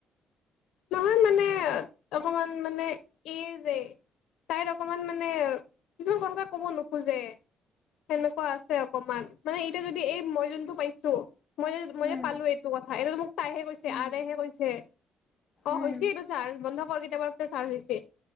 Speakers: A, on the left; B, on the left.
A: নহয় মানে অকমান মানে এৰ যে, তাইৰ অকমান মানে, কিছুমান কথা তাই কব নোখোজে সেনেকুৱা আছে অকমান, মানে এতিয়া যদি এই মই যোনটো পাইছো মইও মইও
B: উম।
A: পালো এইটো কথা এইটো মোক তাইহে কৈছে
B: উম
A: আৰেহে কৈছে। অ
B: উম
A: হৈছে এইটো চাৰ্জ বন্ধ <unintelligible> চাৰ্জ হৈছে